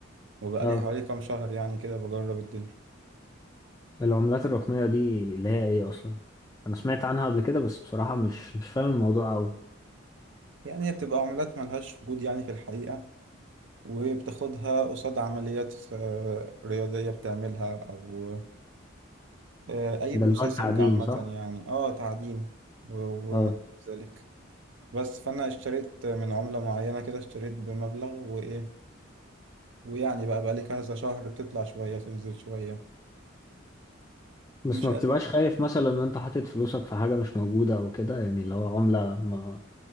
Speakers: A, on the right (about 65°); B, on the left (about 15°).
A: وبقالي
B: اه
A: حوالي كام شهر يعني كده بجرب الدنيا
B: العملات الرقمية دي اللي هي ايه اصلا؟ انا سمعت عنها قبل كده بس بصراحة مش مش فاهم الموضوع قوي
A: يعني هي بتبقى عملات ملهاش وجود يعني في الحقيقة وبتاخدها قصاد عمليات آه، رياضية بتعملها أو آه، أي
B: ده
A: بروسيسنج
B: اللي هو التعدين
A: عامة
B: صح؟
A: يعني اه تعدين و-
B: اه
A: وما إلى ذلك بس فانا اشتريت من عملة معينة كده اشتريت بمبلغ وايه ويعني بقى بقى لي كذا شهر بتطلع شوية تنزل شوية
B: بس
A: مش
B: ما
A: قد-
B: بتبقاش خايف مثلا ان انت حاطط فلوسك في حاجة مش موجودة او كده يعني اللي هو عملة ما